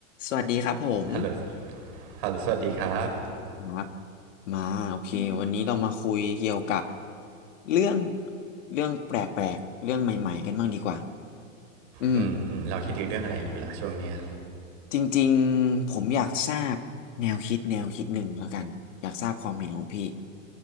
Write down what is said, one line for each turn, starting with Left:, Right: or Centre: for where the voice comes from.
Left: สวัสดีครับผม
Right: ฮัลโหลฮัลโหลสวัสดีครับ
Left: ครับมาโอเควันนี้เรามาคุยเกี่ยวกับเรื่องเรื่องแปลกๆเรื่องใหม่ๆกันบ้างดีกว่าอืม
Right: อืมอืมเราคิดถึงเรื่องอะไรอยู่ล่ะช่วงเนี้ย
Left: จริงๆผมอยากทราบแนวคิดแนวคิดหนึ่งแล้วกันอยากทราบความเห็นของพี่